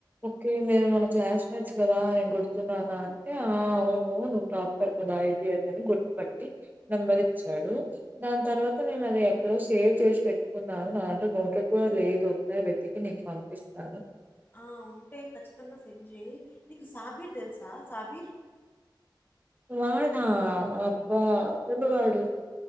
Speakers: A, on the right (about 20°); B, on the left (about 25°).
A: ఓకే మీరు మన క్లాస్మేట్స్ కదా నేను గుర్తున్నానా అంటే ఆ అవునువును టాపిక్ కదా అది ఇదని గుర్తుపట్టి నెంబర్ ఇచ్చాడు దాని తర్వాత నేను అది ఎక్కడో సేవ్ చేసి పెట్టుకున్నాను నా దాంట్లో నోటెడ్ కూడా లేదు వెతికి నీకు పంపిస్తాను
B: ఆ! ఉంటే కఖచ్చితంగా చెయ్ నీకు సాబీర్ తెలుసా సాబీర్
A: వాడా అబ్బా అసలు వాడు